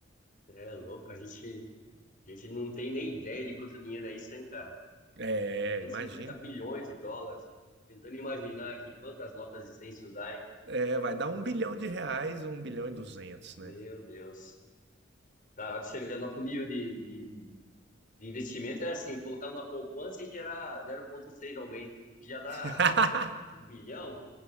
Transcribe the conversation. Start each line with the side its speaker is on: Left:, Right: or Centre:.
Left: Você é louco, a gente, a gente não tem nem ideia de quanto dinheiro é isso, hein, cara?
Right: É,
Left: cento
Right: imagina.
Left: e cinquenta bilhões de dólares. Tentando imaginar aqui quantas notas de 100 isso dá, hein?
Right: É, vai dar um bilhão de reais, um bilhão e duzentos,
Left: Meu
Right: né?
Left: Deus. Caraca, chega nosso nível de, de, de investimento é assim, colocar numa poupança e gerar 0,6 ao mês, o que já dá
Right: <laughs>
Left: um bilhão,